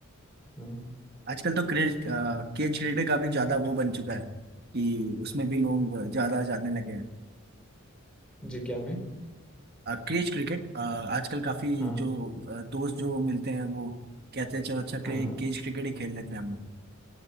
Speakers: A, in the centre; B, on the right.
A: हाँ
B: आजकल तो क्रेज केज क्रिकेट का भी ज्यादा वो बन चुका है कि उसमें भी लोग ज्यादा जाने लगे हैं
A: जी क्या मैं
B: क्रेज क्रिकेट आजकल काफी
A: हाँ
B: जो अ, दोस्त जो मिलते हैं वो कहते हैं चलो अच्छा
A: हाँ
B: क्रेज
A: हाँ
B: क्रिकेट ही खेल लेते हैं हम लोग